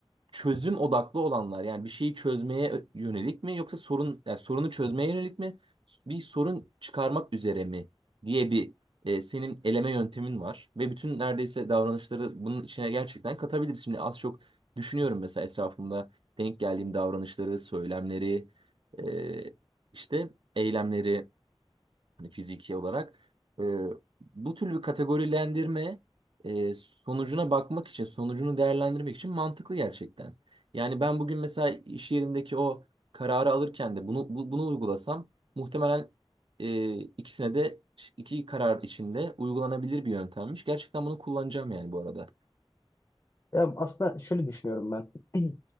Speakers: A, on the right (about 60°); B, on the left (about 35°).
A: çözüm odaklı olanlar yani bir şeyi çözmeye ö- yönelik mi yoksa sorun yani sorunu çözmeye yönelik mi s- bir sorun çıkarmak üzere mi diye bir e, senin eleme yöntemin var ve bütün neredeyse davranışları bunun içine gerçekten katabiliriz. Şimdi az çok düşünüyorum mesela etrafımda denk geldiğim davranışları, söylemleri, e, işte eylemleri hani fiziki olarak. E, bu tür bir kategorilendirme e, sonucuna bakmak için, sonucunu değerlendirmek için mantıklı gerçekten. Yani ben bugün mesela iş yerindeki o kararı alırken de bunu bu- bunu uygulasam muhtemelen e, ikisine de iki karar içinde uygulanabilir bir yöntemmiş. Gerçekten bunu kullanacağım yani bu arada.
B: Ya aslında şöyle düşünüyorum ben. <clears throat>